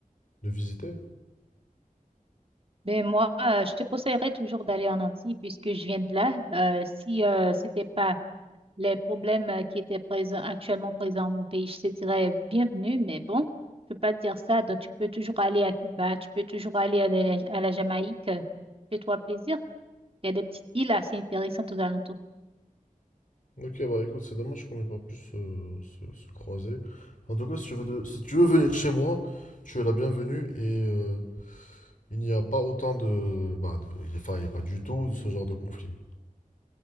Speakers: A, on the left; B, on the right.
A: de visiter.
B: Ben moi, euh, je te conseillerais toujours d'aller en Antilles puisque je viens de là. Euh, si euh, c'était pas les problèmes euh, qui étaient présents actuellement présents dans mon pays, je te dirais bienvenue, mais bon, je peux pas te dire ça. Donc tu peux toujours aller à Cuba, tu peux toujours aller à la, à la Jamaïque. euh, Fais-toi plaisir. Il y a des petites îles assez intéressantes aux alentours.
A: Ok, bah écoute, c'est dommage qu'on n'ait pas pu se, se, se croiser. En tout cas, si tu veux, de- si tu veux venir chez moi, tu es la bienvenue et euh, il n'y a pas autant de, bah, de- enfin, il n'y a pas du tout ce genre de conflit.